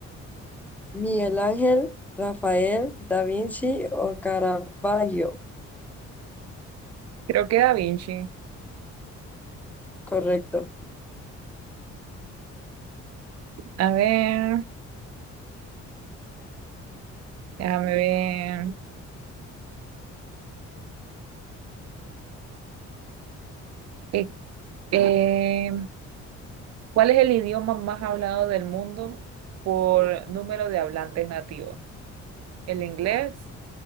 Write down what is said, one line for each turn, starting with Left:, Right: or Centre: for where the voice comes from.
Centre: Miguel Ángel, Rafael, Da Vinci o Caravaggio.
Right: Creo que Da Vinci.
Centre: Correcto.
Right: A ver, déjame ver. Eh, eh, ¿cuál es el idioma más hablado del mundo por número de hablantes nativos? ¿El inglés,